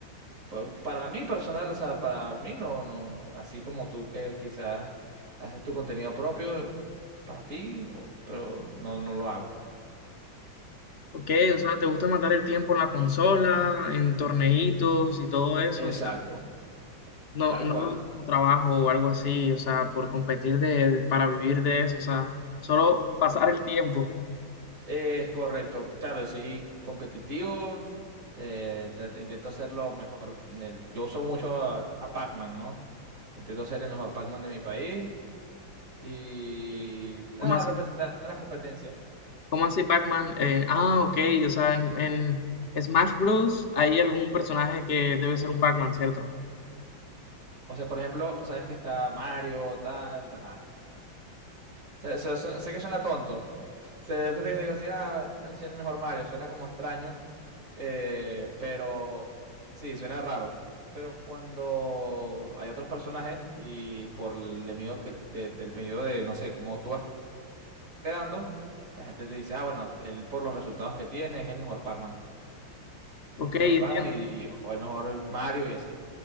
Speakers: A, on the right; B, on the left.
A: pa- para mí personal, o sea, para mí no, no, así como tú que quizás haces tu contenido propio para ti, o- pero no, no lo hago, pues.
B: ok, o sea, ¿te gusta matar el tiempo en la consola, en torneitos y todo eso?
A: Exacto,
B: No,
A: tal
B: no
A: cual.
B: como trabajo o algo así, o sea, por competir de, para vivir de eso, o sea, solo pasar el tiempo.
A: Es correcto, claro, sí, competitivo. eh, te- intento hacerlo mejor. en el- yo uso mucho a, a Pac-Man, ¿no? Intento ser el mejor Pac-Man de mi país y nada,
B: ¿Cómo así,
A: representar a las competencias.
B: cómo así Pac-Man? Eh, ah, ok, o sea, en, en Smash Bros. hay algún personaje que debe ser un Pac-Man, ¿cierto?
A: O sea, por ejemplo, sabes que está Mario, tal, ajá. Sé, sé- sé- sé que suena tonto. <laughs> Se de repente digo así, ah, soy el mejor Mario, suena como extraño, Eh, pero sí, suena raro. Pero cuando hay otros personajes y por el de medio que, de- del medio de, no sé, como tú vas quedando, la gente te dice, ah, bueno, él por los resultados que tiene es el mejor Pac-Man. Es
B: Ok,
A: el mejor
B: entiendo.
A: Pac-Man y, y- o el mejor Mario y así.